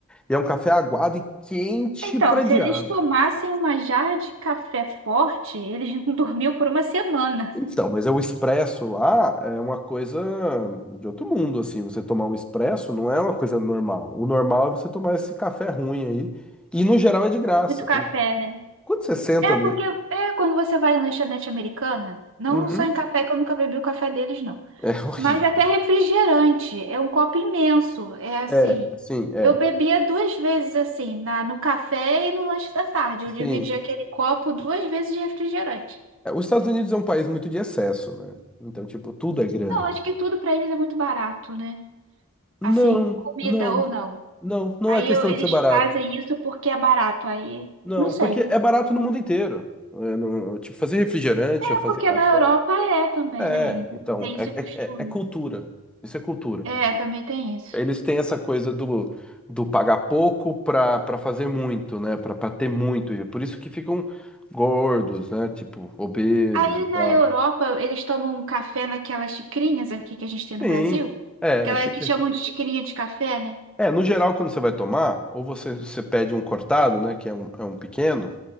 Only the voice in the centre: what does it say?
e é um café aguado e quente
pra
diabo.
Então, mas é o expresso lá é uma coisa de outro mundo, assim. Você tomar um expresso não é uma coisa normal. O normal é você tomar esse café ruim aí. E no geral é de graça.
Quando,
quando você senta
no.
Uhum.
É horrível.
É, assim, é,
sim.
É, Os Estados Unidos é um país muito de excesso, né? Então, tipo, tudo é grande.
Não,
não,
não, não
é questão
de ser barato.
Não,
porque é barato no mundo inteiro. É, não- tipo, fazer refrigerante
ou fazer
café.
É,
então,
é,
é,
é- é cultura. Isso é cultura.
Eles têm essa coisa do, do pagar pouco pra, pra fazer muito, né? Pra, pra ter muito. E é por isso que ficam gordos, né? Tipo, obesos
e tal.
Sim,
é,
é chique.
É, no geral, quando você vai tomar, ou você, você pede um cortado, né, que é um, é um pequeno,